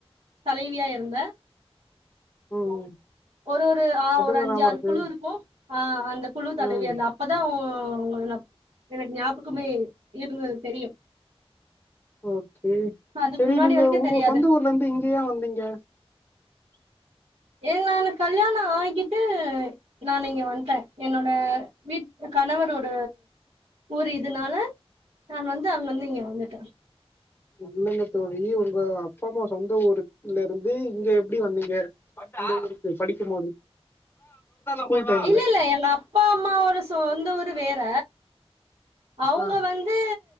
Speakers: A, on the right (about 65°); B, on the left (about 20°).
A: தலைவியா இருந்த
B: ம் ம்
A: ஒரு ஒரு ஆ
B: அதில்
A: ஒரு அஞ்சாறுக்குழு
B: ஞாபகம் இருக்குது
A: இருக்கு. ஆ அந் அந்த குழு தலைவி
B: ஆ
A: அந்த அப்பதா ஆ அவங்கள நா எனக்கு ஞாபகமே இருந்தது தெரியு
B: ஓக்கே
A: அதுக்கு
B: சேரி
A: முன்னாடி
B: நீங்க
A: வரைக்கு
B: உங்க
A: தெரியாது
B: சொந்த ஊர்ல இருந்து இங்கயே வந்தீங்க.
A: ஏ நான் கல்யாணோ ஆகிட்டு நானு இங்க வந்துட்டே என்னோட வீட கணவரோட ஊர் இதுனால நான் வந்து <unintelligible> இங்க வந்துட்டே.
B: இல்லங்க தோழி உங்க அப்பா அம்மா சொந்த ஊருக்ல இருந்து இங்க எப்படி வந்தீங்க சொந்த ஊருக்கு படிக்கும் போது ஸ்கூல் டைம்ல
A: இல்ல இல்ல எங்க அப்பா அம்மா ஒரு சொந்த ஊரு வேற அவங்க
B: ஆ
A: வந்து